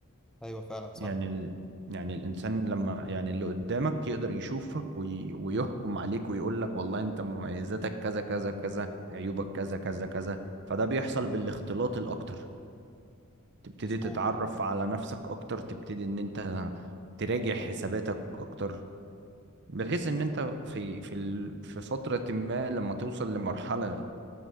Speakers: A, in the centre; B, on the right.
A: أيوه فعلا صح
B: يعني ال... يعني الانسان لما يعني اللي قدامك يقدر يشوفك وي... ويحكم عليك ويقول لك والله انت مميزاتك كذا كذا كذا عيوبك كذا كذا كذا فده بيحصل بالاختلاط الاكتر تبتدي
A: مظبوط
B: تتعرف على نفسك اكتر تبتدي ان انت تراجع حساباتك اكتر بحيث ان انت في في ال- في فترة ما لما توصل لمرحلة